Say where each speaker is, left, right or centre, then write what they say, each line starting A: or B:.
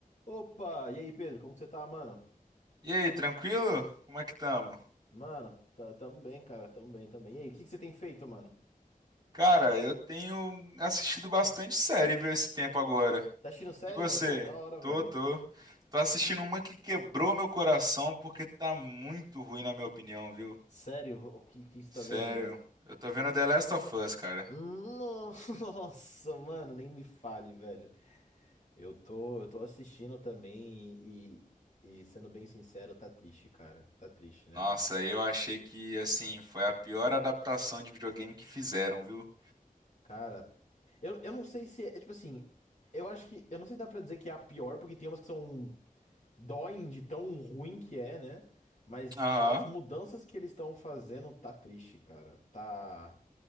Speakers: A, on the left; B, on the right.
A: Opa! E aí, Pedro, como que você tá, mano?
B: E aí, tranquilo? Como é que tamo?
A: Mano, tá, tamo bem, cara, tamo bem, tamo bem. E aí, o que que você tem feito, mano?
B: Cara, eu tenho assistido bastante série, viu, esse tempo agora.
A: Tá assistindo série,
B: E você?
A: mano? Pô, da hora,
B: Tô,
A: velho.
B: tô. Tô assistindo uma que quebrou meu coração porque tá muito ruim na minha opinião, viu?
A: Sério, o que que você
B: Sério.
A: tá vendo, mano?
B: Eu tô vendo The Last of Us, cara.
A: Nossa, <laughs> mano, nem me fale, velho. Eu tô, eu tô assistindo também e, e, sendo bem sincero, tá triste, cara. Tá triste, né,
B: Nossa,
A: velho?
B: eu achei que, assim, foi a pior adaptação de videogame que fizeram, viu?
A: Cara, eu, eu não sei se é, tipo assim, eu acho que, eu não sei se dá pra dizer que é a pior, porque tem umas que são Doem de tão ruim que é, né? Mas
B: Aham.
A: as mudanças que eles estão fazendo tá triste, cara. Tá,